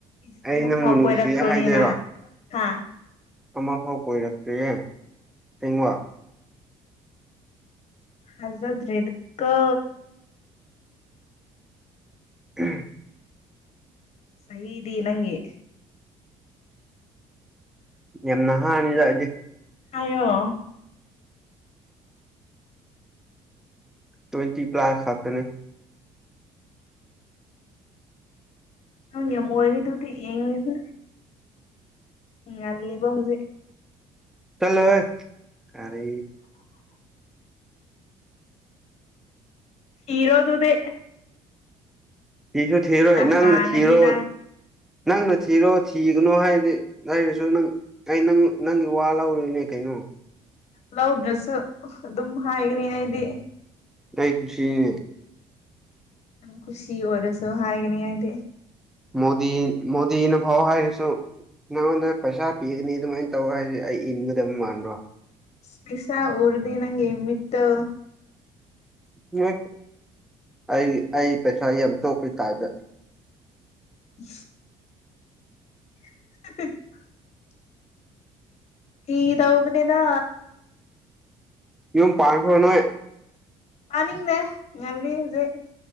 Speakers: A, on the left; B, in the centre.
A: ꯏꯁ
B: ꯑꯩ
A: ꯑꯃ
B: ꯅꯪꯕꯨ
A: ꯐꯥꯎ
B: ꯅꯨꯡꯁꯤ
A: ꯀꯣꯏꯔꯛꯇ꯭ꯔꯣꯅꯦ
B: ꯍꯥꯏꯗꯣꯏꯔꯣ
A: ꯅꯪ ꯍꯥ
B: ꯑꯃ ꯐꯥꯎ ꯀꯣꯏꯔꯛꯇ꯭ꯔꯦꯌꯦ ꯀꯦꯡꯋꯥ
A: ꯍꯖꯗ꯭ꯔꯔꯤ ꯀ
B: ꯎ
A: ꯆꯍꯤꯗꯤ ꯅꯪꯒꯤ
B: ꯌꯥꯝꯅ ꯍꯥꯅꯤꯗ ꯑꯩꯗꯤ
A: ꯍꯥꯏꯑꯣ
B: ꯇ꯭ꯋꯦꯟꯇꯤ ꯄ꯭ꯂꯥꯁ ꯐꯥꯛꯇꯅꯦ
A: ꯌꯥꯝ ꯑꯣꯏ ꯂꯤꯗꯨꯗꯤ ꯌꯦ ꯂꯗꯨ ꯎꯝ ꯑꯜꯂꯤꯕꯥꯎꯦ
B: ꯆꯂꯣ ꯀꯔ
A: ꯊꯤꯔꯣ ꯑꯗꯨꯗ
B: ꯊꯁꯨ ꯊꯤꯔꯣ ꯅꯪꯅ
A: ꯍꯥꯜꯂꯅꯤ
B: ꯊꯔꯣ
A: ꯅꯪ
B: ꯅꯪꯅ ꯊꯤꯔꯣ ꯊꯤꯒꯅꯣ ꯍꯥꯏꯔꯗꯤ ꯅꯔꯁꯨ ꯅꯪ ꯑꯩ ꯅꯪ ꯅꯪꯒꯤ ꯋꯥ ꯂꯧꯔꯨꯏꯅꯦ ꯀꯩꯅꯣ ꯎ
A: ꯂꯥꯎ ꯗ꯭ꯔꯦꯁꯨ ꯑꯗꯨꯝ ꯍꯥꯏꯒꯅꯤ ꯏꯗꯤ
B: ꯇꯥꯏ ꯈꯨꯁꯤꯅꯦ
A: ꯌꯥꯝ ꯈꯨꯨꯁꯤ ꯑꯣꯏꯔꯁꯨ ꯍꯥꯏꯒꯅꯤ ꯍꯥꯏꯗꯤ
B: ꯃꯣꯗꯤ ꯃꯣꯗꯤꯅ ꯐꯥꯎ ꯍꯥꯏꯁꯨ ꯅꯉꯣꯟꯗ ꯄꯩꯁꯥ ꯄꯤꯒꯅꯤ ꯑꯗꯨꯃꯥꯏꯅ ꯇꯧ ꯍꯥꯏꯁꯦ ꯑꯩ ꯏꯟꯒꯗꯕ ꯃꯥꯟꯕ꯭ꯔꯣ
A: ꯄꯤꯁꯥ ꯑꯣꯔꯗꯤ ꯅꯪ ꯏꯃꯤꯠꯇ
B: ꯌꯦ ꯑꯩ ꯑꯩ ꯄꯩꯁꯥ ꯌꯥꯝ ꯆꯣꯞꯄꯔꯤ ꯇꯥꯏꯗ
A: ꯎ <inaudible> ꯏ ꯗꯎꯕꯅꯦꯗ
B: ꯌꯨꯝ ꯄꯥꯡꯈꯣꯔꯣꯅꯣꯏ
A: ꯑꯅꯤꯡꯗꯦ ꯉꯜꯂꯤ ꯍꯧꯖꯤꯛ